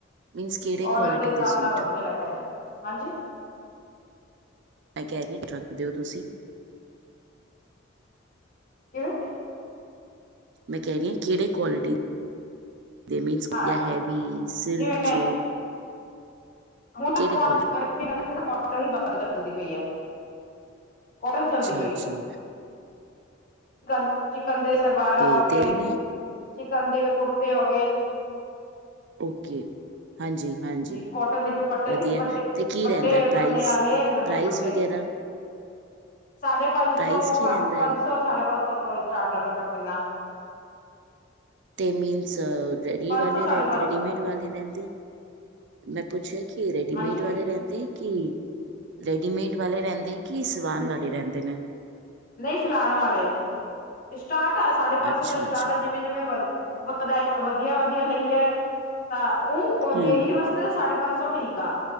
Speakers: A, on the right; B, on the left.
A: ਮੀਨਸ ਕਿਹੜੇ
B: ਆਰਡਰ
A: ਕੁਆਲਿਟੀ
B: ਦੇ ਹਿਸਾਬ
A: ਸੂਟ?
B: ਨਾਲ ਵਧੀਆ ਲੱਗਾ। ਹਾਂਜੀ।
A: ਮੈਂ ਕਹਿ ਰਹੀ ਹੈ, ਰੱਖਦੇ ਹੋ ਤੁਸੀਂ?
B: ਕਿਉ
A: ਮੈਂ ਕਹਿ ਰਹੀ ਹਾਂ, ਕਿਹੜੇ ਕੁਆਲਿਟੀ? ਦੇ ਮੀਨਸ ਕਿਆ
B: ਹਾਂ
A: ਹੈਵੀ ਸਿਲਕ
B: ਜਿਵੇਂ
A: ਚ।
B: ਹੁਣ ਤਾਂ
A: ਕਿਹੜੇ
B: ਕੋਟਨ,
A: ਕੁਆਲ
B: ਗਰਮੀ ਕੋਟਨ ਹੀ ਵੱਧ ਚਲਦੀ ਪਈ ਹੈ। ਕੋਟਨ ਚੱਲਦੀ
A: ਅੱਛਾ-ਅੱਛਾ।
B: ਚਿਕਨ ਚਿਕਨ ਦੇ ਸਲਵਾਰਾਂ
A: ਓਕੇ
B: ਹੋਗੇ,
A: ਤੇ ਨੇ
B: ਚਿਕਨ ਦੇ ਕੁੜਤੇ ਹੋਗੇ <inaudible>
A: ਓਕੇ। ਹਾਂਜੀ-ਹਾਂਜੀ,
B: ਕੋਟਨ ਦੇ ਦੁਪੱਟੇ
A: ਵਧੀਆ
B: ਨੀ ਵੱਡੇ
A: ਤੇ ਕੀ
B: ਵੱਡੇ
A: ਰੈਂਦਾ ਪ੍ਰਾਈਸ
B: ਪੰਨੇ ਆਲੇ
A: ਪ੍ਰਾਈਸ
B: ਦੁਪੱਟੇ
A: ਵਗੈਰਾ?
B: ਸਾਢੇ ਪੰਜ
A: ਪ੍ਰਾਈਜ਼
B: ਸੌ,
A: ਕੀ ਰਹਿੰਦਾ
B: ਪੰਜ
A: ਹੈ
B: ਸੌ-ਸਾਢੇ ਪੰਜ ਸੌ ਤੋਂ ਸਟਾਰਟ ਐ ਦੁਪੱਟੇ ਨਾਲ।
A: ਤੇ ਮੀਨਸ ਰੈਡੀ
B: ਪੰਜ
A: ਵਾਲੇ
B: ਸੌ ਸਾਢੇ
A: ਰੈਂਦੇ
B: ਪੰਜ
A: ਰੈਡੀਮੇਡ
B: ਸੌ ਦਾ
A: ਵਾਲੇ ਰੈਂਦੇ? ਮੈਂ ਪੁੱਛਿਆ ਕਿ ਰੇਡੀਮੇਡ
B: ਹਾਂਜੀ
A: ਵਾਲੇ ਰੈਂਦੇ ਐ ਕਿ ਰੇਡੀਮੇਡ ਵਾਲੇ ਰੈਦੇ- ਨਈਂ ਕੀ ਸਵਾਨ ਵਾਲੇ ਰੈਂਦੇ ਨੇ।
B: ਨਈਂ ਸਿਲਾਨ ਵਾਲੇ, ਸਟਾਰਟ ਆ ਸਾਢੇ ਪੰਜ
A: ਅੱਛਾ
B: ਸੌ ਤੋਂ ਸਟਾਰਟ
A: ਅੱਛਾ
B: ਆ ਜਿਵੇਂ ਜਿਵੇਂ ਵ ਵਧ ਵਧੀਆ ਵਧੀਆ ਲਈਐ ਤਾਂ ਓ
A: ਹੂੰ
B: ਡੇਲੀ ਬਸ ਸਾਢੇ ਪੰਜ ਸੌ ਠੀਕ ਆ।